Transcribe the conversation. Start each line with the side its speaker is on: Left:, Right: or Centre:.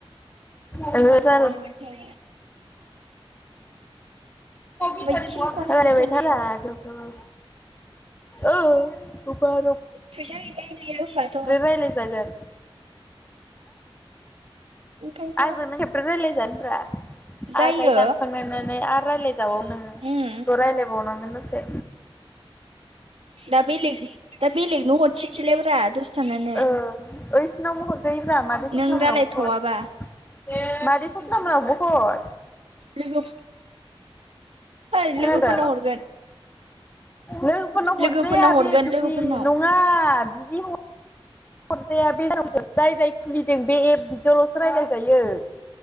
Left: आस
Right: ओमफ्राय ओमफ्राय
Left: लि
Right: थिन खनसे दोनथारनांगौ
Left: बायथा न औ रबार
Right: फैस गल न फाथ'
Left: ोन
Right: ओंखायनोथ'
Left: आजोंनो बल जान
Right: जायो
Left: आरो दायो दानखांनानै आरो रायज्लायजाबाव नोङो'
Right: उम
Left: रायज्लायबावनांगोन दसे
Right: दा बेलेग दा बेलेगनो हरफिनसैलाय <unintelligible> दसे थानानै
Left: ओ ओइसिनावबो हरजायो <unintelligible> मादै सपना
Right: नों
Left: मोनावबो
Right: रायलायथ'वाबा
Left: हर मादै सपना मोनावबो हर
Right: लोगो ओइ
Left: खोनादों
Right: लोगोफोरनाव हरगोन
Left: लोगोफोरनो हरजाया
Right: लोगोफोरनाव हरगोन
Left: बे बिदि
Right: लोगोफोरनाव
Left: नङ बा बिदि ह हरजाया <unintelligible> जाय जाय खुलिदों बे एप बिदियावल'सो रायलाय जायो